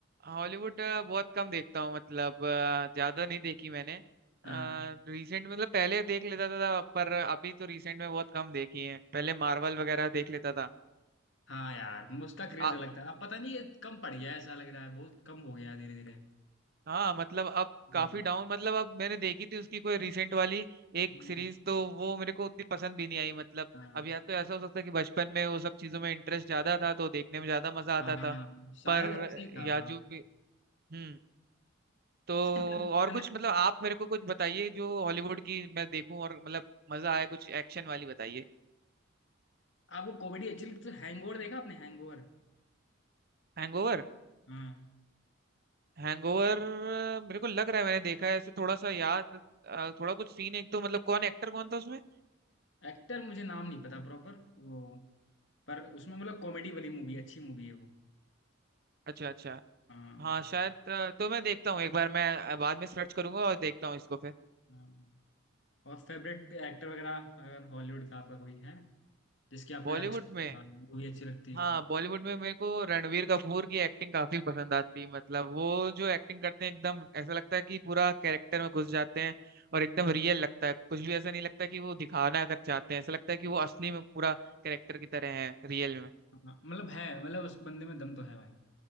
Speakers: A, on the right; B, on the left.
A: हॉलीवुड अ, बहुत कम देखता हूँ मतलब अ, ज्यादा नहीं देखी मैंने
B: हाँ
A: रिसेंट मतलब पहले देख लेता था पर अभी तो रिसेंट में बहुत कम देखी है पहले मार्वल वगैरह देख लेता था
B: हाँ यार मुझका क्रेज
A: आ,
B: अलग था अब पता नहीं ये कम पड़ गया है, ऐसा लग रहा है बहुत कम हो गया है धीरे
A: हाँ मतलब अब
B: धीरे
A: काफी डाउन मतलब अब मैंने देखी थी उसकी कोई रिसेंट वाली एक
B: हम्म,
A: सीरीज तो वो मेरे को उतनी पसंद भी नहीं आई मतलब
B: हाँ
A: अब या तो ऐसा हो सकता है कि बचपन में वो सब चीजों में इंटरेस्ट ज्यादा था तो देखने में ज्यादा मजा आता
B: हाँ
A: था
B: शायद
A: पर
B: ऐसे ही था
A: या
B: हाँ
A: जो भी हम्म तो
B: शायद जन-
A: और
B: जनरेशन
A: कुछ मतलब आप मेरे को कुछ बताइए जो हॉलीवुड की मैं देखूं और मतलब मजा आए कुछ एक्शन वाली बताइए
B: आपको कॉमेडी अच्छी लगती तो हैंगओवर देखा आपने हैंगओवर
A: हैंगओवर
B: हाँ
A: हैंगओवर मेरे को लग रहा है मैंने देखा है ऐसे थोड़ा सा याद अ, थोड़ा कुछ सीन एक तो मतलब कौन एक्टर कौन था उसमें
B: एक्टर मुझे नाम नहीं पता प्रॉपर वो पर उसमें मतलब कॉमेडी वाली मूवी अच्छी मूवी है वो
A: अच्छा अच्छा
B: हाँ
A: हाँ शायद अ, तो मैं देखता हूँ एक बार मैं अ, बाद में सर्च करूंगा और देखता हूँ इसको फिर
B: हाँ और फेवरेट एक्टर वगैरह अगर हॉलीवुड का आपका कोई है जिसकी आपको
A: बॉलीवुड
B: अच्छी
A: में
B: मूवी अच्छी लगती
A: हाँ
B: हो
A: बॉलीवुड में मेरे को रणवीर कपूर की एक्टिंग काफी पसंद आती है मतलब वो जो एक्टिंग करते हैं एकदम ऐसा लगता है कि पूरा कैरेक्टर में घुस जाते हैं और एकदम रियल लगता है कुछ भी ऐसा नहीं लगता कि वो दिखाना कर चाहते हैं ऐसा लगता है कि वो असली में पूरा कैरेक्टर की तरह है रियल में
B: हाँ, मतलब है मतलब उस बंदे में दम तो है भाई